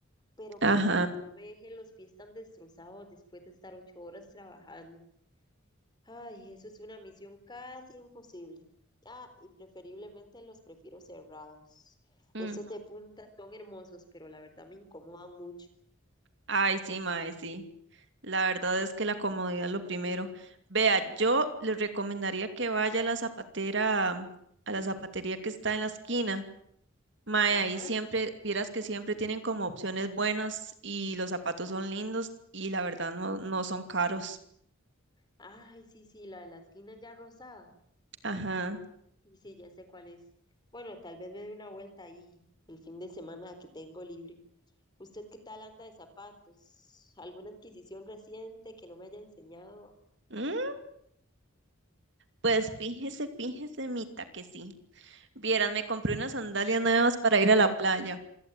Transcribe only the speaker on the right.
Ajá.
Mm.
Ay, sí, mae, sí. La verdad es que la comodidad es lo primero. Vea, yo le recomendaría que vaya a la zapatera, a la zapatería que está en la esquina. Mae,
ahí siempre, vieras que siempre tienen como opciones buenas y los zapatos son lindos y la verdad no, no son caros.
Ajá.
Mm. Pues fíjese, fíjese, Mita, que sí. Vieras, me compré unas sandalias nuevas para ir a la playa.